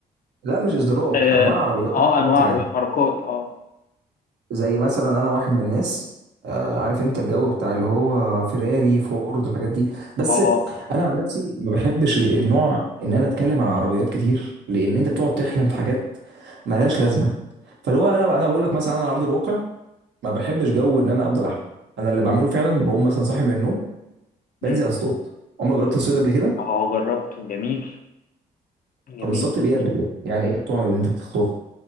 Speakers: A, on the right; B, on the left.
A: لا مش اصدارات
B: اه
A: انواع عربيات
B: آه،
A: ماركات
B: انواع
A: يعني
B: عربيات ماركات اه
A: زي مثلا انا واحد من الناس آه، عارف انت الجو بتاع اللي هو فيراري فورد والحاجات دي بس
B: اه
A: انا عن نفسي ما بحبش ال- النوع ان انا اتكلم على عربيات كتير لان انت بتقعد تحلم في حاجات ملهاش لازمه فاللي هو انا انا بقول لك مثلا انا على ارض الواقع ما بحبش جو ان انا افضل احلم انا اللي بعمله فعلا بقوم مثلا صاحي من النوم
B: مم.
A: بنزل اصطاد عمرك جربت الصيد قبل كده
B: اه جربته جميل جميل
A: طب اصطدت بايه
B: جميل
A: قبل كده يعني ايه الطعم اللي انت بتختاره